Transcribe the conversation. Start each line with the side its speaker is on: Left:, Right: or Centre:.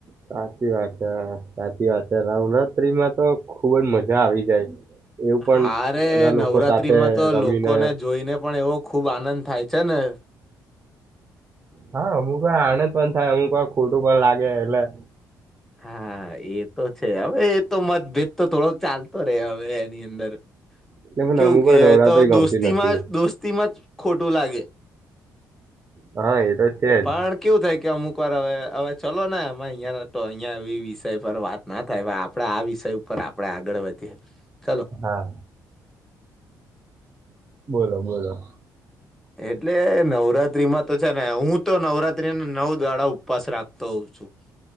Right: સાચી વાત છે, સાચી સાચી વાત, નવરાત્રીમા તો ખુબજ મજા આવી જાય એવું પણ
Centre: હા રે
Right: બધા લોકો
Centre: નવરાત્રીમા,
Right: સાથે
Centre: તો
Right: રમીને
Centre: લોકોને જોઈને પણ એવો ખુબ, આનંદ થાય છેને.
Right: હા, અમુક વાર આનંદ પણ થાય, અમુક વાર ખોટું પણ લાગે એટલે
Centre: હા, એ તો છે. હવે એ તો મતભેદ તો થોડોક ચાલતો રહેે, હવે એની અંદર
Right: એટલે મને
Centre: કેવું
Right: અમુક
Centre: કે
Right: વાર નવરાત્રી
Centre: એ તો
Right: ગમતી
Centre: દોસ્તીમા
Right: નથી
Centre: દોસ્તીમા જ ખોટુ, લાગે
Right: હા, એ તો છેજ.
Centre: પણ કેવું થાય કે અમુક વાર હવે, હવે ચલો ને અમે અહીંયા તો અહિયાં એ વિષય પર વાતના થાય, આપણેે આ વિષય ઉપર આપણે આગળ વધીએ ચલો
Right: હા બોલો, બોલો
Centre: એટલે નવરાત્રીમાં તો છે ને, હુ તો નવરાત્રીને નવ દાડા ઉપવાસ રાખતો હોઉં છું